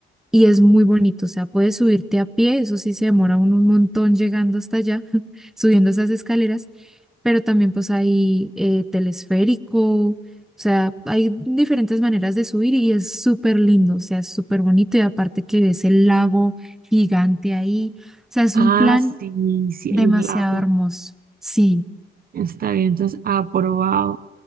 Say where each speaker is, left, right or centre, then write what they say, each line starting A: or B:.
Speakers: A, in the centre; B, on the right (about 50°).
A: y es muy bonito, o sea, puedes subirte a pie, eso sí se demora uno un montón llegando hasta allá, <laughs> subiendo esas escaleras, pero también pues hay eh, telesférico, o sea, hay diferentes maneras de subir y es súper lindo, o sea, es súper bonito y aparte que ves el lago gigante ahí, o sea, es
B: Ah,
A: un plan
B: sí, sí,
A: demasiado
B: hay un lago.
A: hermoso, sí.
B: Está bien, entonces aprobado,